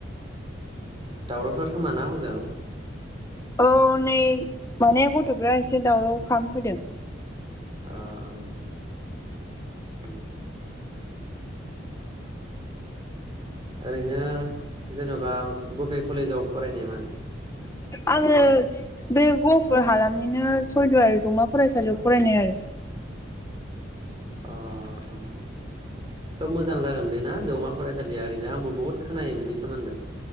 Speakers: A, on the right; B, on the left.
A: दावरावथार खोमाना हजों
B: औ नै माने गथ'फ्रा एसे दावराव खालाम फैदों।
A: आ आ उम ओरैनो जेन' बा बबे कलेजाव फरायनायमोन
B: आङो
A: नों
B: बे गहपुर हालामनिनो सयदुवार जौमा फरायसालियाव फरायनाय आरो।
A: अ आ खोब मोजां जागोन बेना जौमा फरायसालिया ओरैनो आंबो बहुत खोनायो बिनि सोमोन्दै